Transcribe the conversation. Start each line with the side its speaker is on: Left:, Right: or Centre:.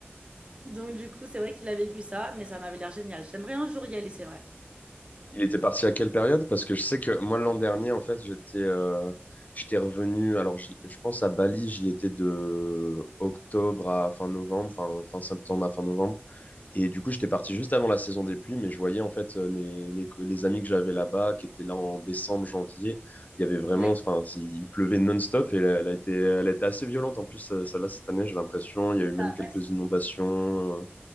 Right: Donc, du coup, c'est vrai qu'il a vécu ça, mais ça m'avait l'air génial. J'aimerais un jour y aller, c'est vrai.
Left: Il était parti à quelle période? Parce que je sais que moi l'an dernier en fait j'étais euh, j'étais revenu. Alors j'y- je pense à Bali, j'y étais de octobre à fin novembre, fin, fin septembre à fin novembre. Et du coup, j'étais parti juste avant la saison des pluies, mais je voyais en fait euh, les, les, les amis que j'avais là-bas, qui étaient là en décembre, janvier. Il y avait vraiment,
Right: Oui,
Left: enfin, il pleuvait non-stop et elle, elle a été, elle a été assez violente. En plus, euh, celle-là, cette année, j'ai l'impression, il y
Right: c'est
Left: a eu même
Right: ça.
Left: quelques
Right: Bah,
Left: inondations. euh,